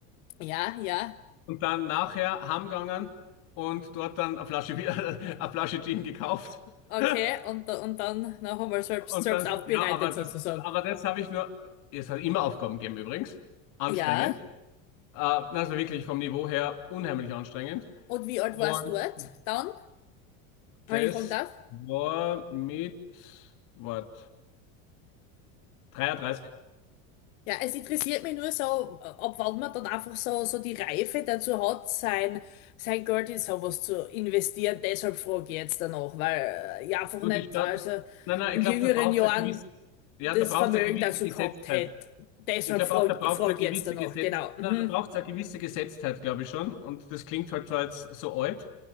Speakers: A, on the left; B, on the left.
A: Ja, ja.
B: und dann nachher heimgegangen und dort dann eine Flasche, Bier- <laughs> eine Flasche Gin gekauft.
A: Okay,
B: <laughs>
A: und, da- und dann noch einmal selbst,
B: Und
A: selbst
B: dann,
A: aufbereitet
B: ja, aber das,
A: sozusagen.
B: aber das habe ich nur, es hat immer Aufgaben gegeben übrigens. Anstrengend.
A: Ja,
B: Äh, also wirklich vom Niveau her unheimlich anstrengend.
A: und wie alt
B: Und
A: warst du dort dann, wenn
B: das
A: ich fragen darf?
B: war mit, was, 33.
A: Ja, es interessiert mich nur so, ab wann man dann einfach so, so die Reife dazu hat, sein, sein Geld in sowas zu investieren. Deshalb frage ich jetzt danach, weil äh, ich einfach
B: Du,
A: nicht,
B: die Stadt.
A: also
B: Nein, nein,
A: in
B: ich glaube,
A: jüngeren
B: da braucht
A: Jahren
B: es eine gewisse, ja,
A: das
B: da braucht
A: Vermögen
B: es eine gewisse
A: dazu
B: Gesetztheit.
A: gehabt hätte. Deshalb
B: Ich glaube
A: frage
B: auch, da
A: frag
B: braucht
A: ich frag
B: es eine
A: ich
B: gewisse
A: jetzt danach,
B: Gesetz,
A: genau. Mhm.
B: nein, da braucht es eine gewisse Gesetztheit, glaube ich schon. Und das klingt halt zwar jetzt so alt,